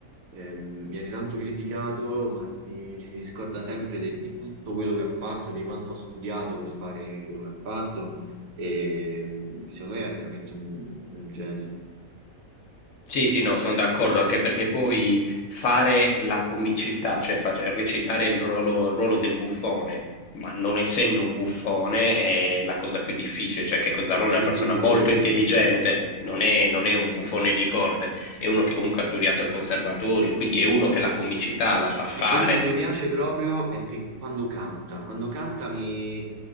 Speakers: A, on the right; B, on the left.
A: ehm, viene tanto criticato, ma si, ci si scorda sempre de- di tutto quello che ha fatto, di quanto ha studiato per fare quello che ha fatto. E, mh, secondo me è veramente un, un genio.
B: Sì, sì, no, sono d'accordo, anche perché poi fare la comicità, cioè face- recitare il ruolo, il ruolo del buffone, ma non essendo un buffone è la cosa più difficile, cioè Checco Zalone
A: È
B: è una
A: difficilissimo.
B: persona molto intelligente, non è, non è un buffone di corte, è uno che comunque ha studiato al conservatorio, quindi è uno che la comicità la sa fare.
A: E quello che mi piace proprio è che quando canta, quando canta mi,